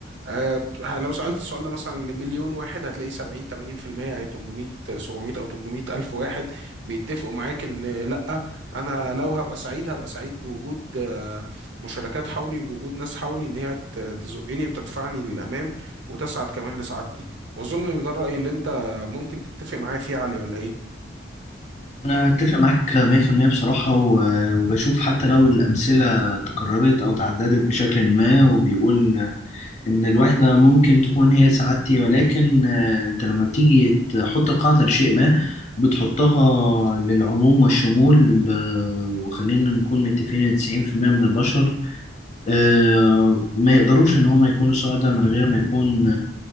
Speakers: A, on the right (about 70°); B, on the left (about 35°).
A: آه، لو سألت السؤال ده مثلا لمليون واحد هتلاقي 70 80% أي 800 700 أو 800 ألف واحد بيتفقوا معاك إن آه، لأ أنا لو هبقى سعيد هبقى سعيد بوجود آه، مشاركات حولي وبوجود ناس حولي ان هي ت- تزقني وتدفعني للامام وتسعد كمان لسعادتي واظن ان ده الراي اللي انت ممكن تتفق معايا فيه يا علي ولا ايه
B: أنا أتفق معاك 100% بصراحة و- وبشوف حتى لو الأمثلة تكررت أو تعددت بشكل ما وبيقول إن الوحدة ممكن تكون هي سعادتي ولكن آه، أنت لما بتيجي تحط قاعدة لشيء ما بتحطها للعموم والشمول آه، وخلينا نكون متفقين إن 90% من البشر آه، ما يقدروش إن هما يكونوا سعداء من غير ما يكون